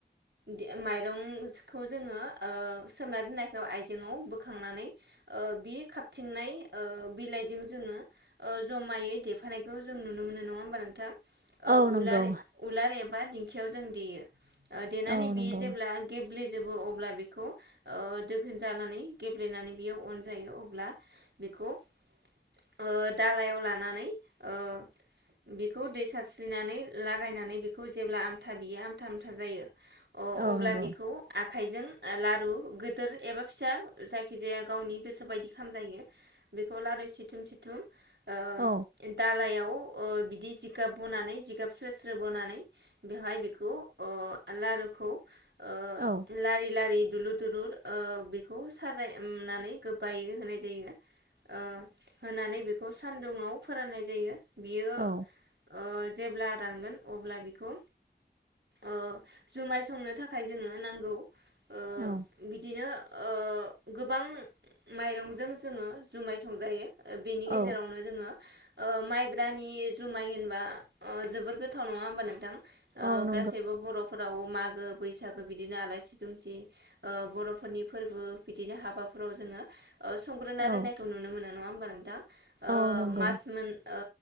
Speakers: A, on the right (about 80°); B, on the right (about 60°).
A: दे माइरंखौ जोंङो ओ सोमना दोननायखौ आयजेंआव बोखांनानै ओ बि खाबथिंनाय ओ बिलाइजों जोंङो ओ जमायै देफानायखौ जों नुनो मोनो नंङा होमबा नोंथां? ओ
B: औ नंगौ
A: उलार उलार एब बा दिंखियाव जों देयो देनानै
B: औ
A: बियो
B: नंगौ
A: जेब्ला गेब्लेेजोब अब्ला बेखौ ओ दोगोन जानानै गेब्लेनानै बियो अन जायो अब्ला बेखौ ओ दालायाव लानानै ओ बेखौ दै सारस्रिनानै लागायनानै बेखौ जेब्ला आमथा बियो आमथा-आमथा होजायो अ
B: औ
A: अब्ला
B: नंगौ
A: बेखौ आ आखाइजों लारु गोदोर एबा फिसा जायखिजाया गावनि गोसो बायदि खामजायो बेखौ लारु सिथुम-सिथुम ओ
B: औ
A: दालायाव ओ बिदि जिगाब बनानै जिगाब स्रो-स्रो बनानै बेवहाय बेखौ अ लारू खौ ओ
B: औ
A: लारि-लारि दुलुर दुलुर ओ बेखौ साजाय उमनानै गोबबायै होनाय जायो ओ होनानै बेखौ खौ सान्दुुंङाव फोराननाय जायो बियो
B: औ
A: ओ जेब्ला रानगोन अब्ला बिखौ ओ जुमाय संनो थाखाय जोंङो नांगौ ओ
B: औ
A: बिदिनो ओ गोबां माइरंजों जोंङो जुमाय संजायो बेनि
B: औ
A: गेजेरावनो जोंङो ओ माइब्रानि जुमाय होनबा जोबोर गोथाव नंङा होमबा नोंथां ओ
B: औनो
A: गासैबो बरफोराव मागो बैसागो बिदिनो आलासि दुमसि ओ बरफोरनि फोरबो बिदिनो हाबाफोराव जोंङो अ संग्रोना
B: औ
A: दोननायखौ नुनो मोना नंङा होमबा नोंथां ओ-मास
B: औ नंगौ
A: मोन ओ